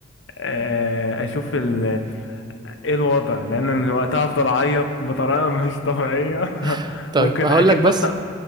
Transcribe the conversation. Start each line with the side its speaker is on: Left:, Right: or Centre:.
Left: آه، اشوف ال- ايه الوضع لان أنا وقتها افضل اعيط بطريقه مش طبيعيه <laughs>
Right: <laughs> طيب
Left: ممكن
Right: هقول
Left: اكيد
Right: لك بس
Left: بص